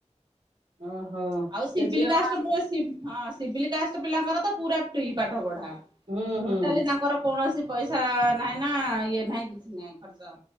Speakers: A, on the right (about 70°); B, on the right (about 40°).
A: ଓହୋ
B: ଆଉ ଶିବିଲ
A: ସେ ଝିଅ
B: କାଷ୍ଟ
A: କଣ ଆସ
B: ର ପୁଅ ହଁ ସିଭିଲ କାଷ୍ଟ ପିଲାଙ୍କର ତ ପୁରା ଫ୍ରି ପାଠ ପଢା
A: ହୁଁ
B: ଟୋଟାଲି
A: ହୁଁ
B: ତାଙ୍କର କୌଣସି ପଇସା ନାହିଁ ନା ଇଏ ନାହିଁ କିଛି ନାହିଁ ଖର୍ଚ୍ଚ।